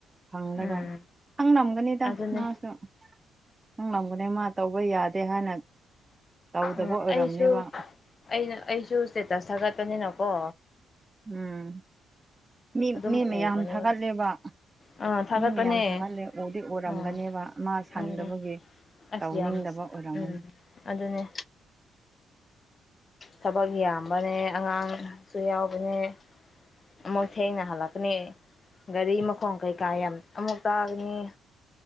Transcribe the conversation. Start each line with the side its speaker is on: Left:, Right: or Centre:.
Right: ꯍꯪꯂꯒ
Left: ꯎꯝ
Right: ꯈꯪ ꯅꯝꯒꯅꯤꯗ
Left: ꯑꯗꯨꯅꯦ
Right: ꯃꯥꯁꯨ ꯅꯪ ꯉꯒꯅꯦ ꯃꯥ ꯇꯧꯕ ꯌꯥꯗꯦ ꯍꯥꯏꯅ ꯇꯧꯗꯕ
Left: ꯎꯝ
Right: ꯑꯣꯏꯔꯝꯅꯦꯕ
Left: ꯑꯩꯁꯨ ꯑꯩꯅ ꯑꯩꯁꯨ ꯏꯁꯇꯦꯇꯁ ꯊꯥꯒꯠꯄꯅꯤꯅꯀꯣ
Right: ꯎꯝ ꯃꯤ
Left: ꯑꯗꯨꯝ
Right: ꯃꯤ ꯃꯌꯥꯝ
Left: ꯎꯕꯅꯦꯕ
Right: ꯊꯥꯒꯠꯂꯦꯕ
Left: ꯑꯥ ꯊꯥꯒꯠꯄꯅꯦ
Right: ꯃꯤ ꯃꯌꯥꯝ ꯊꯥꯒꯠꯂꯦ ꯎꯗꯤ ꯑꯣꯏꯔꯝꯒꯅꯦꯕ
Left: ꯎꯝ
Right: ꯃꯥ ꯁꯪꯗꯕꯒꯤ
Left: ꯎꯝ ꯑꯁ
Right: ꯇꯧꯅꯤꯡꯗꯕ
Left: ꯌꯥꯝ
Right: ꯑꯣꯏꯔꯝꯒꯅꯤ
Left: ꯎꯝ ꯑꯗꯨꯅꯦ ꯊꯕꯛ ꯌꯥꯝꯕꯅꯦ ꯑꯉꯥꯡꯁꯨ ꯌꯥꯎꯕꯅꯦ ꯑꯃꯨꯛ ꯊꯦꯡꯅ ꯍꯜꯂꯛꯀꯅꯤ ꯒꯥꯔꯤ ꯃꯈ ꯈꯣꯡ ꯀꯩꯀꯥ ꯌꯥꯝ ꯑꯃꯨꯛ ꯇꯥꯒꯅꯤ